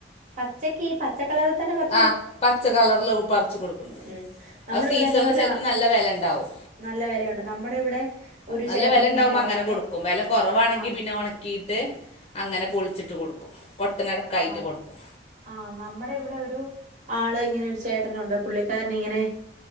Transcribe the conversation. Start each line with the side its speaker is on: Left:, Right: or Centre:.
Right: പച്ചക്ക് ഈ പച്ചക്കളറി തന്നെ പറി
Left: ആ പച്ച കളറില് പറിച്ചു കൊടുക്കുന്നത്.
Right: ഉം നമ്മുടെ
Left: അത് സീസണില്
Right: ഇവിടെ അങ്ങനെ ഒരു
Left: ചിലപ്പോ നല്ല വില ഉണ്ടാവും.
Right: നല്ല വിലയുണ്ട് നമ്മുടെ ഇവിടെ ഒരു
Left: നല്ല
Right: ചേട്ടന്
Left: വില
Right: ഇങ്ങനെ
Left: ഉണ്ടാകുമ്പോൾ
Right: ഇറങ്ങുവേ
Left: അങ്ങനെ കൊടുക്കും. വില കുറവാണെങ്കിൽ
Right: ആഹ്
Left: പിന്നെ ഉണക്കിയിട്ട് അങ്ങനെ പൊളിച്ചിട്ട് കൊടുക്കും. കൊട്ടനടക്കായിട്ട്
Right: ആ
Left: കൊടുക്കും
Right: ആ നമ്മുടെ ഇവിടെ ഒരു ആള് ഇങ്ങനെ ഒരു ചേട്ടനുണ്ട്. പുള്ളിക്കാരന് ഇങ്ങനെ